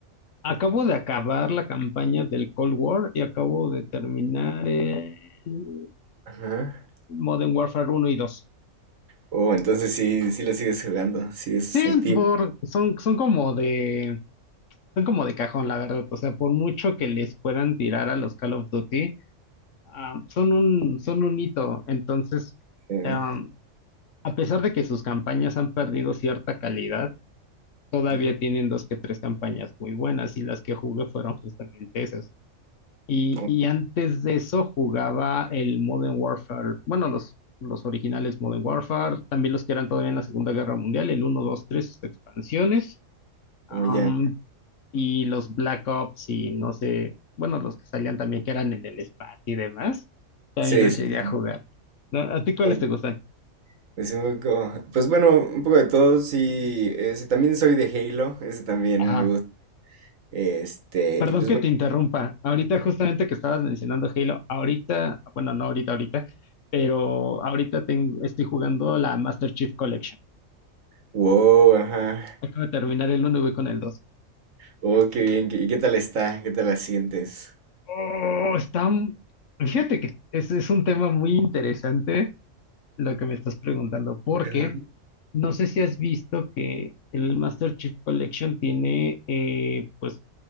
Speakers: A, on the left (about 70°); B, on the right (about 90°).
A: acabo de acabar la campaña del Cold War y acabo de terminar el
B: Ajá.
A: Modern Warfare uno y dos
B: Oh, entonces sí, sí lo sigues jugando, sí es
A: Sí,
B: activo.
A: por, son, son como de son como de cajón, la verdad. O sea, por mucho que les puedan tirar a los Call of Duty, ah, son un, son un hito. Entonces,
B: Eh,
A: ah, a pesar de que sus campañas han perdido cierta calidad, todavía
B: ujú,
A: tienen dos que tres campañas muy buenas y las que jugué fueron justamente esas. Y,
B: Como,
A: y antes de eso jugaba el Modern Warfare, bueno, los, los originales Modern Warfare, también los que eran todavía en la Segunda Guerra Mundial, el uno 2 3 expansiones.
B: como
A: Um,
B: ya.
A: y los Black Ops y no sé, bueno, los que salían también que eran en el espacio y demás, también
B: Sí,
A: los
B: sí,
A: llegué a
B: sí.
A: jugar. ¿No? ¿A ti cuáles
B: Um,
A: te gustan?
B: Pues un poco, pues bueno, un poco de todo, sí, ese, también soy de Halo, ese también
A: Ajá.
B: me gusta, este,
A: Perdón
B: y pues
A: que
B: bueno,
A: te interrumpa. Ahorita justamente que estabas mencionando Halo, ahorita, bueno, no ahorita, ahorita, pero ahorita tengo, estoy jugando la Master Chief Collection.
B: wow, ajá,
A: Acabo de terminar el uno y voy con el dos
B: oh, qué bien, qué- ¿y qué tal está? ¿Qué tal la sientes?
A: Oh, están... Fíjate que es, es un tema muy interesante lo que me estás preguntando, porque
B: Ajá.
A: No sé si has visto que el Master Chief Collection tiene eh, pues